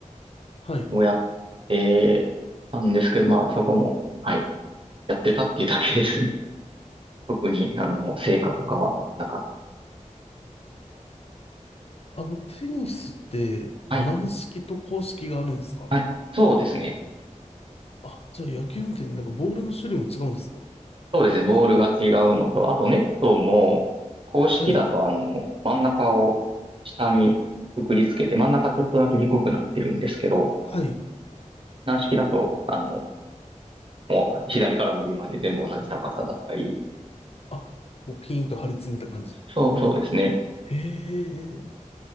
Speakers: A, on the left; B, on the right.
A: はい。
B: をやってたんですけど、まあそこも、はい、やってたっていうだけですね。<laughs> 特に、あの、成果とかはなかっ
A: あの、テニスって、
B: た。
A: 軟式と硬式があるんですか
B: はい、はい、そうですね。
A: あ、じゃあ野球みたいになんかボールの種類も違うんですか
B: そうですね、ボールが違うのと、あとネットも、公式だと、
A: はい。
B: あの、真ん中を下にくくりつけて、真ん中ちょっとだけ低くなってるんですけど、
A: はい。
B: 軟式だと、あの、もう左から右まで全部同じ高さだったり、
A: あ、こうピーンと張り詰めた感じの。
B: そうそうですね。
A: へえ。